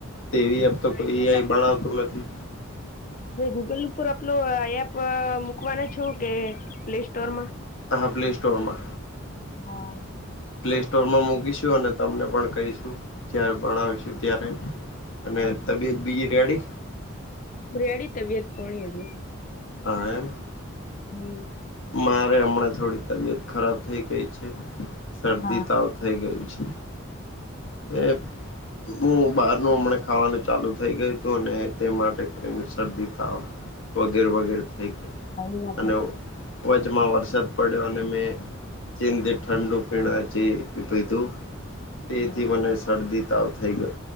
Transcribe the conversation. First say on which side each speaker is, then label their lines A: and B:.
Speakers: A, on the left (about 65°); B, on the left (about 35°).
A: તેવી એપ તો કોઈ
B: એટલે
A: એઆઈ બણાવતું નથી
B: <inaudible> પહી ગૂગલ ઉપર આપલો એપ મૂકવાના છો કે, પ્લે સ્ટોર માં
A: હા, પ્લેસ્ટોરમાં
B: હા
A: પ્લેસ્ટોર માં મૂકીશું અને તમને પણ કહીશું. જ્યારે ભણાવશું ત્યારે અને તબિયત બીજી રેડી
B: રેડી તબિયત પોણી બધું
A: હા, એમ
B: હમ
A: મારે હમણાં થોડી તબિયત ખરાબ થઈ ગઈ છે, શરદી-તાવ
B: હા
A: થઈ ગયું છે. એ હું બહારનું હમણા ખાવાનું ચાલુ થઇ ગયું હતું, ને તે માટે કરીને શરદી-તાવ
B: <inaudible>
A: વગેરે-વગેરે, થઈ ગયું
B: આવી ના થતી
A: અને વચમાં વરસાદ પડ્યો અને મે જે તે ઠંડુ પીણાં જે પીધું
B: હા
A: થી મને શરદી-તાવ થઈ ગયો.